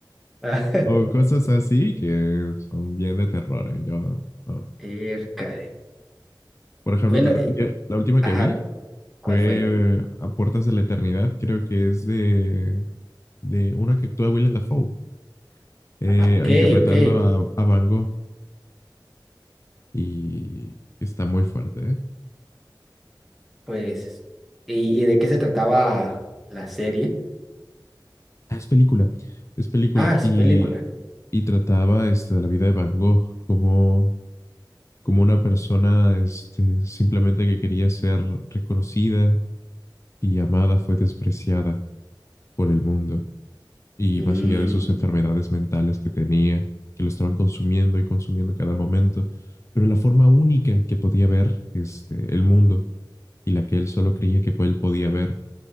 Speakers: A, in the centre; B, on the left.
A: Ah,
B: o cosas así que son bien de terror, ¿eh? Yo, no.
A: Ercare.
B: Por ejemplo,
A: Bueno,
B: te re-
A: eh,
B: yo- la última
A: ajá,
B: que vi
A: ¿cuál
B: fue
A: fue?
B: eh, A Puertas de la Eternidad, creo que es de, de una que actúa Willem Dafoe, eh,
A: Ok,
B: interpretando
A: ok,
B: a, a Van Gogh y está muy fuerte, ¿eh?
A: pues, ¿y, y de qué se trataba la serie?
B: Ah, Es película, es película.
A: Ah, es
B: Y,
A: película.
B: y trataba este, de la vida de Van Gogh como, como una persona este, simplemente que quería ser reconocida y amada, fue despreciada por el mundo. Y
A: Mm,
B: más allá de sus enfermedades mentales que tenía, que lo estaban consumiendo y consumiendo cada momento, pero la forma única que podía ver este, el mundo y la que él solo creía que él podía ver.